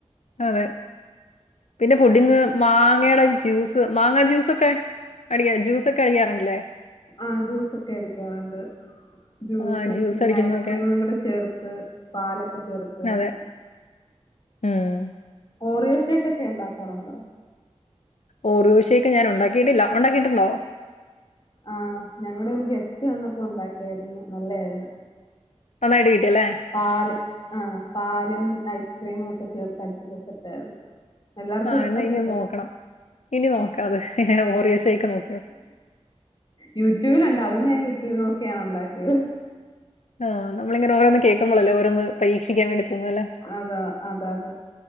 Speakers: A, on the left (about 80°); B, on the left (about 40°).
A: അതെ പിന്നെ പുടിങ്ങ് മാങ്ങയുടെ ജ്യൂസ് മാങ്ങ ജ്യൂസൊക്കെ അടിക്കാ ജ്യൂസ ഒക്കെ അടിക്കാറുണ്ട്ല്ലേ
B: ആഹ ജ്യൂസൊക്കെ അടിക്കാറുണ്ട് ജ്യൂസ്
A: ആ
B: അടിച്ചു പിന്നെ
A: അടിക്കുന്നതൊക്കെ
B: ഐസ്ക്രീമും കൂടെ ചേർത്ത് പാലൊക്കെ ചേർത്ത്
A: അതെ
B: അടിക്കും
A: ഉം
B: ഓറിയോ ഷേക്ക് ഒക്കെ ഉണ്ടാക്കാറുണ്ടോ
A: ഒറിയോ ശൈഖ് ഞാൻ ഉണ്ടാക്കിയിട്ടില്ല. ഉണ്ടാക്കിയിട്ടുണ്ടോ
B: ആ ഞങ്ങളടെ ഒരു ഗെസ്റ്റ് വന്നപ്പോ ഉണ്ടാക്കിയായിരുന്നു നല്ലയിരുന്നു.
A: നന്നായിട്ട് കീട്ടിയല്ലേ.
B: പാല ആ പാലും ഐസ്ക്രീമും ഒക്കെ ചേർത്ത് അടിച്ചിപ്പോ സെറ്റ ആയിരുന്നു എല്ലാർക്കും
A: ആഹ്
B: ഇഷ്ടപ്പെട്ട്
A: എന്നാ ഇനി ഒന്ന് നോക്കണം. ഇനി നോക്കാ അത് ഓറിയഷക്ക് നോക്ക
B: യൂട്യൂബിലണ്ട്. അതും ഞാൻ യൂട്യൂബിൽ നോക്കിയാണ് ഉണ്ടാക്കിയത്
A: ആഹ നമ്മളങ്ങെ ഓരോന്ന് കേൾക്കുമ്പോല്ലേ ഓരോന്ന് പരീക്ഷിക്കാൻ വേണ്ടി തോന്നും അല്ലേ?
B: അതെ അതെ അതെ